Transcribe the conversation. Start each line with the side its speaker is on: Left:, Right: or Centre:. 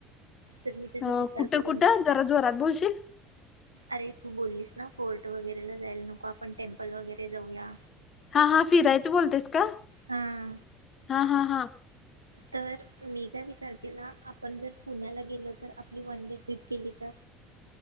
Right: तर मी त्याचा
Left: अं
Right: विचार
Left: कुठं
Right: करून
Left: कुठं, जरा जोरात बोलशील?
Right: अरे तू बोललीस ना फोर्ट वगैरेला जायला नको, आपण टेम्पल वगैरे जाऊया.
Left: हा हा फिरायचं बोलतेस का?
Right: हा
Left: हा हा हा.
Right: तर मी काय विचार केला, आपण जर पुण्याला गेलो तर आपली वन डे ट्रीप केली तर?